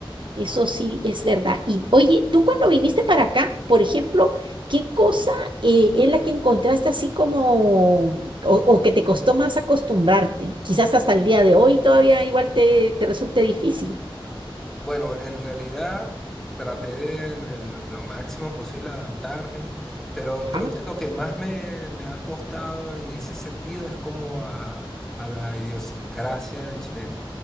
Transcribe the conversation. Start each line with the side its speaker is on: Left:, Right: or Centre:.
Right: Eso sí es verdad. Y oye, tú cuando viniste para acá, por ejemplo, ¿qué cosa eh, es la que encontraste así como o, o que te costó más acostumbrarte? Quizás hasta el día de hoy todavía igual te, te resulte difícil.
Centre: Bueno, en realidad traté de en- en lo máximo posible adaptarme, pero creo
Right: Ah,
Centre: que lo que más me, me ha costado en ese sentido es como a, a la idiosincrasia del chileno.